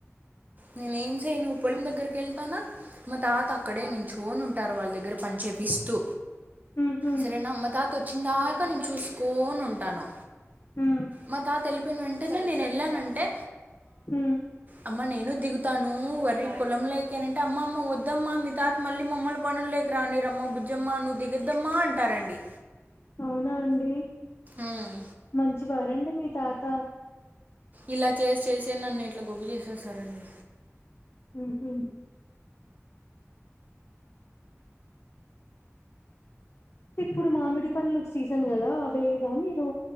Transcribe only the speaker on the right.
నేనే ఏం చేయను పొలం దగ్గరికి యెళ్తానా మా తాత అక్కడే నిచ్చొని ఉంటారు వాళ్ళ దగ్గర పంచే పిస్తూ
సరేనా మా తాత వచ్చిన దాకా నేను చూసుకోని ఉంటాను
మా తాత యెళ్ళిపోయిన వెంటనే నేను యెళ్ళానంటే
అమ్మ నేను దిగుతాను వరి పొలంలోకి అని అంటే అమ్మ అమ్మ వద్దమ్మా మీ తాత మళ్ళీ మమ్మల్ల్ని పనుల్లోకి రానియ రమ్మ బుజ్జమ్మా నువ్ దిగద్దమ్మా అంటారండి
ఉమ్,
ఇలా చేసి చేసే నన్ను ఇట్లా గొబ్బు చేసేసారండి